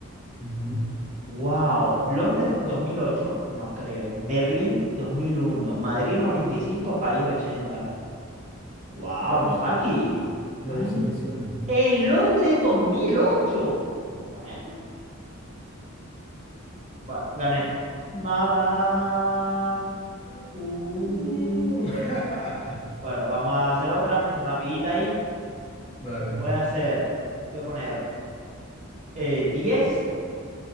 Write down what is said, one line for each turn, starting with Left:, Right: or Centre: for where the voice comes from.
Left: Ujú.
Right: wow. Londres 2008, no creo. Berlín 2001, Madrid 95, París 80. Wow,
Left: Ya
Right: no
Left: yo,
Right: fue aquí.
Left: ya
Right: Ay,
Left: yo seleccioné.
Right: en Londres 2008. Bueno, bueno, gané. Mamá.
Left: <laughs>
Right: Uh.
Left: Uh. <laughs>
Right: Bueno, vamos a hacer otra, rapidita ahí.
Left: Dale,
Right: Voy a hacer, voy a poner eh, 10,